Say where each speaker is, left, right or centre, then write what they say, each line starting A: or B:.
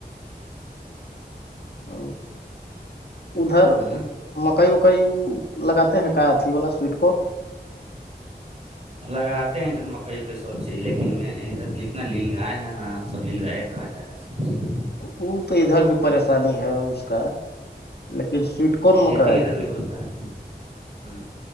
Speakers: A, on the left; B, on the right.
A: ا ادھر
B: ہ
A: مکائی کئی لگاتے ہیں کا اھی والا سویٹ کو
B: لگاتے ہیں ادھر مکہ لیکن میں جتنا لیل گائے ہیں نا تبلیغ کھا جائیں- <unintelligible>
A: وہ تو ادھر بھی پریشانی ہے اس کا لیکن سویٹ-
B: چیز
A: کون
B: کھیتی
A: مک
B: ادھر بھی ہوتا ہے